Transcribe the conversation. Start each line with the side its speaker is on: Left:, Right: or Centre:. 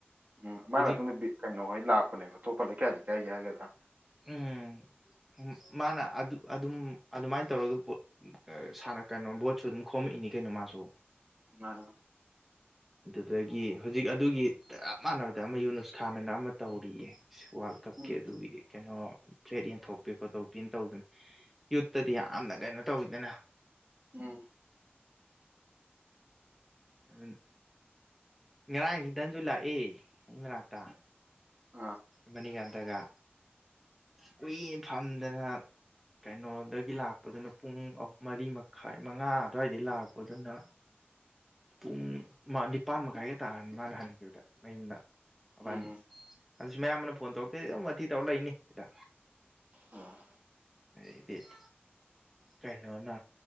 Right: ꯎꯝ ꯃꯥꯏ
Centre: ꯍꯧꯖꯤꯛ
Right: ꯃꯇꯨꯡꯗ ꯀꯩꯅꯣꯍꯣꯏ ꯂꯥꯛꯄ ꯑꯇꯣꯞꯄ ꯂꯩꯀꯥꯏꯗꯤ ꯂꯩꯀꯥꯏꯒꯤ ꯍꯥꯏꯒꯗ꯭ꯔꯥ
Centre: ꯎꯝ ꯃꯥꯅ ꯑꯗꯨ ꯑꯗꯨꯝ ꯑꯗꯨꯃꯥꯏꯅ ꯇꯧꯔꯒꯅ ꯀꯩꯅꯣ ꯕꯣꯠꯁꯨ ꯑꯗꯨꯝ ꯈꯣꯝꯃꯛꯏꯅꯤ ꯀꯩꯅꯣ ꯃꯥꯁꯨ
Right: ꯃꯥ
Centre: ꯑꯗꯒꯤ ꯍꯧꯖꯤꯛ ꯑꯗꯨꯒꯤ ꯆꯞ ꯃꯥꯟꯅꯕꯗ ꯑꯃ ꯌꯨꯅꯨꯁ ꯈꯥꯟ ꯑꯅ ꯑꯃ ꯇꯧꯔꯤꯌꯦ ꯋꯥꯔꯜꯗ ꯀꯞꯀꯤ
Right: ꯎꯝ
Centre: ꯑꯗꯨ ꯑꯣꯏꯌꯦ ꯀꯣ ꯊ꯭ꯔꯦꯠ ꯌꯦꯟꯊꯣꯛꯄꯤ ꯈꯣꯠꯇꯣꯛꯄꯤꯅ ꯇꯧꯗꯅ ꯌꯨꯠꯇꯗꯤ ꯌꯥꯝꯅ ꯀꯩꯅꯣ ꯇꯧꯋꯤꯗꯅ
Right: ꯎꯝ
Centre: ꯑꯗꯨꯅ ꯉꯔꯥꯡꯁꯦ <inaudible> ꯂꯥꯛꯑꯦ ꯂꯥꯛꯇ
Right: ꯎꯝ
Centre: ꯃꯅꯤꯀꯥꯟꯇꯒ ꯀꯨꯏꯅꯥ ꯐꯝꯗꯅ ꯀꯩꯅꯣꯗꯒꯤ ꯂꯥꯛꯄꯗꯨꯅ ꯄꯨꯡ ꯑꯍꯨꯝ ꯃꯔꯤ ꯃꯈꯥꯏ ꯃꯉꯥ ꯑꯗꯨ꯭ꯋꯥꯏꯗꯩ ꯂꯥꯛꯄꯗꯨꯅ ꯎꯝ ꯃꯥ ꯅꯤꯄꯥꯟ ꯃꯈꯥꯏꯒ ꯇꯥꯔꯅꯤ ꯃꯥꯅ ꯍꯟꯈꯤꯕꯗ ꯃꯌꯨꯝꯗ ꯑꯕꯥꯅꯤ
Right: ꯎꯝ ꯎꯝ
Centre: ꯑꯗꯨꯁꯨ ꯃꯌꯥꯝ ꯑꯃꯅ ꯐꯣꯟ ꯇꯧꯔꯛꯇꯦꯗꯤ ꯑꯗꯨꯝ ꯃꯊꯤ ꯇꯧꯔ ꯂꯩꯅꯤꯗ
Right: ꯎꯝ
Centre: ꯏꯗꯤꯠ ꯀꯩꯅꯣꯅ